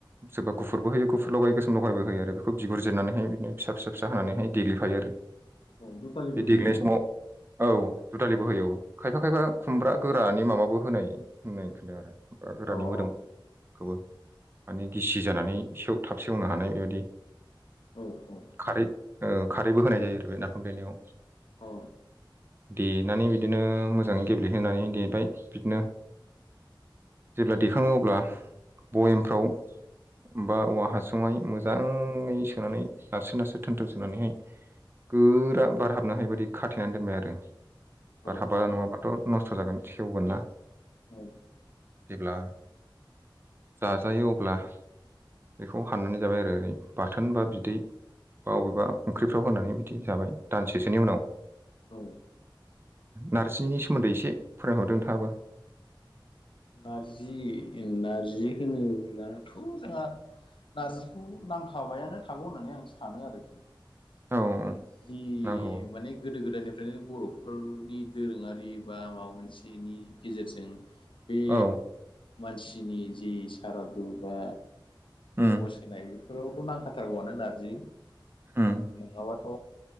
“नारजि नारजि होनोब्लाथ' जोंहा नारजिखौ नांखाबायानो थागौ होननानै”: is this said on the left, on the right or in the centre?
Left